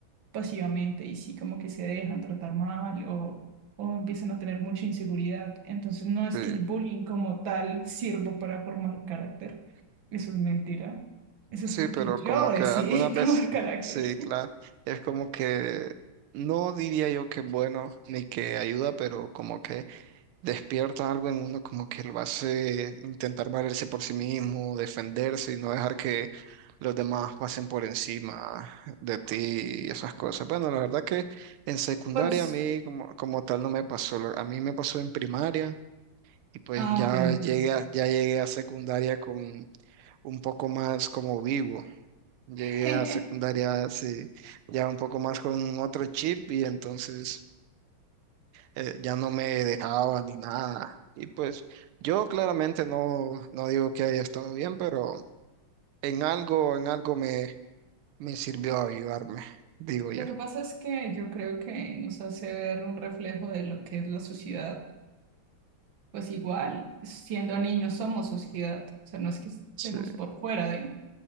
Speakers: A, on the right; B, on the right.
A: pasivamente y sí como que se dejan tratar mal o, o empiezan a tener mucha inseguridad. Entonces no es
B: Sí,
A: que el bullying como tal sirva para formar carácter. Eso es mentira. Eso
B: sí,
A: es porque
B: pero
A: yo
B: como que
A: decidí
B: algunas
A: <laughs> tomar
B: veces,
A: carácter.
B: sí, claro, es como que no diría yo que bueno ni que ayuda, pero como que despierta algo en uno, como que lo hace intentar valerse por sí mismo, defenderse y no dejar que los demás pasen por encima de ti y esas cosas. Bueno, la verdad que en secundaria
A: Pues,
B: a mí como, como tal no me pasó, lo- a mí me pasó en primaria. y pues
A: Ah,
B: ya
A: ok,
B: llegué
A: ok.
B: a, ya llegué a secundaria con un poco más como vivo. Llegué
A: <laughs>
B: a secundaria sí, ya un poco más con otro chip y entonces eh, ya no me dejaba ni nada. Y pues yo claramente no, no digo que haya estado bien, pero en algo, en algo me, me sirvió ayudarme, digo
A: Lo
B: yo.
A: que pasa es que yo creo que nos hace ver un reflejo de lo que es la sociedad. Pues igual, siendo niños somos sociedad, o sea, no es que estemos
B: Sí,
A: por fuera de...